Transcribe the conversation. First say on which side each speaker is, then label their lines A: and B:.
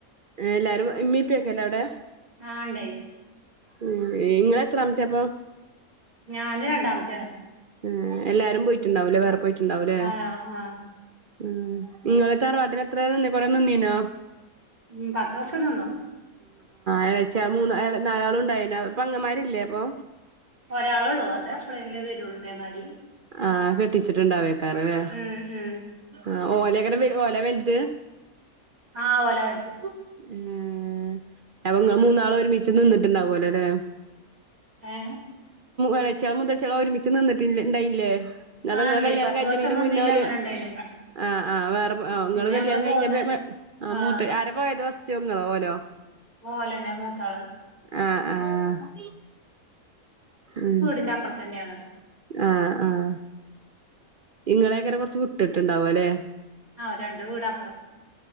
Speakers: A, on the right; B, on the right.
A: എല്ലാരും ഇമ്മി ഇപ്പി ഒക്ക ല്ലേ അവ്ടെ
B: ആ ഇണ്ട്
A: ഉം ഇങ്ങൾ എത്രമത്തേഅപ്പൊ
B: ഞാന് രണ്ടാമത്തേണ്
A: ഉം എല്ലാരും പോയിട്ടുണ്ടാവൂലേ വേറെ പോയിട്ടുണ്ടാവൂലേ
B: ആ ആ
A: ആഹ് ഇങ്ങൾ തറവാട്ടിൽ എത്ര നിന്നെ കൊറേ നിന്നീനോ
B: ഉം പത്ത് വർഷം നിന്നു
A: ഇളച്ചി മൂന്ന നാലാള ഉണ്ടായിന അപ്പ പങ്ങമാരില്ലേ പ്പൊ
B: ഒരാളെ ഉള്ളൂ അതെ എപ്പളെലും വരുള്ള ഇതേ മാതിരി
A: ആഹ കെട്ടിച്ചിട്ട് ഇണ്ടാവേക്കാര ലെ
B: ഉം ഉം
A: ആഹ് ഓലെകാരം ഓല വലുത്
B: ആഹ് ഓല വലുത്
A: ആഹ് അപ്പ ങ്ങൾ മൂന്നാള് ഒരുമിച്ച് നിന്നിട്ടുണ്ടാവല്ലോ ലെ.
B: ഏ
A: ഇളച്ചിൾ മുത്തച്ചിയാള് ഒരുമിച്ച് നിന്നിട്ട ഇണ്ടായില്ലേ അതോ
B: ആ
A: നിങ്ങളെ
B: ഇണ്ടേ
A: കല്യാണം
B: പത്ത്
A: കജ്ജ്ണെന്റെ
B: വർഷം നിന്നീല
A: മുന്നോല്
B: അങ്ങനെ ഇണ്ടേന്
A: ആഹ് ആഹ് വെറെ ഇങ്ങള്
B: പിന്നെ
A: കല്യാണം
B: ഞങ്ങള്
A: കഴിഞ്ഞപ്പോ
B: പോന്ന് ആ
A: മൂത്ത ആര പോയത് ഫസ്റ്റ് നീ ങ്ങളോ ഓലോ
B: ഓലെനെ മൂതാള്
A: ആഹ് ആഹ് ഉം
B: ന്റെ അപ്പുറതന്നെയാണ്
A: ആഹ ആഹ ഇങ്ങളെക്കര കുറച്ച വിട്ടിട്ടുണ്ടാവും ല്ലെ
B: ആഹ രണ്ട് വീട് അപ്പുറം